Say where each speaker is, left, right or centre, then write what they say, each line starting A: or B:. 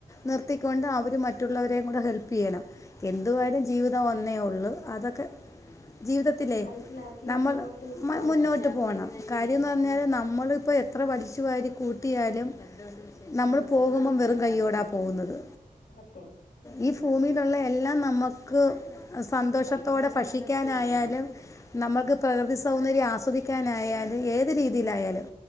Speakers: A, on the left; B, on the left.
A: നിർത്തിക്കൊണ്ട് അവര്. ഇത് മറ്റുള്ളവരേും കൂടെ ഹെല്പ്പ് ചെയ്യണം എന്തുവാലും ജീവിതം ഒന്നേ ഉള്ളൂ അതൊക്കെ ജീവിതത്തിലെ
B: മനസ്സിലാക്കി
A: നമ്മൾ
B: മുന്നോട്ട്
A: മ
B: പോവുക
A: മുന്നോട്ട് പോണം കാര്യംന്ന് പറഞ്ഞാല് നമ്മള ഇപ്പോ എത്ര വലിച്ചു വാരി കൂട്ടിയാലും. നമ്മൾ പോകുമ്പം വെറും കൈ്യോടാ പോകുന്നത്.
B: സത്യം
A: ഈ ഭൂമിയിലുള്ള എല്ലാം നമക്ക് സന്തോഷത്തോടെ ഭക്ഷിക്കാനായാലും നമ്മക്ക് പ്രകൃതി സൗന്ദര്യം ആസ്വദിക്കാനായാലും ഏത് രീതിയിലായാലും